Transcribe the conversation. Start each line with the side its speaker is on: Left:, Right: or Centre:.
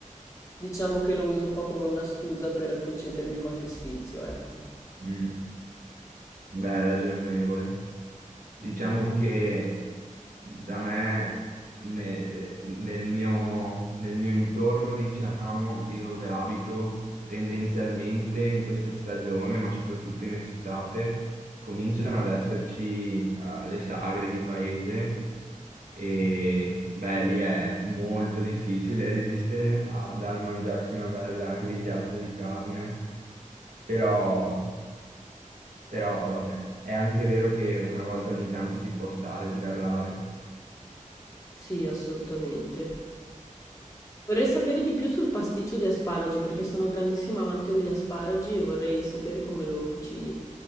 Left: diciamo che lo uso un po' come una scusa per concedermi qualche sfizio, ecco.
Right: Mm. Beh, ragionevole. Diciamo che da me, ne- nel mio, nel mio intorno, diciamo, di dove abito, tendenzialmente in questa stagione, ma soprattutto in estate, cominciano ad esserci, eh, le sagre di paese E beh, lì è molto difficile <laughs> resistere a, dal mangiarsi una bella grigliata di carne, però, però vabbè, è anche vero che una volta ogni tanto ci può stare sgarrare.
Left: Sì, assolutamente. Vorrei sapere di più sul pasticcio di asparagi, perché sono grandissima amante degli asparagi e vorrei sapere come lo cucini.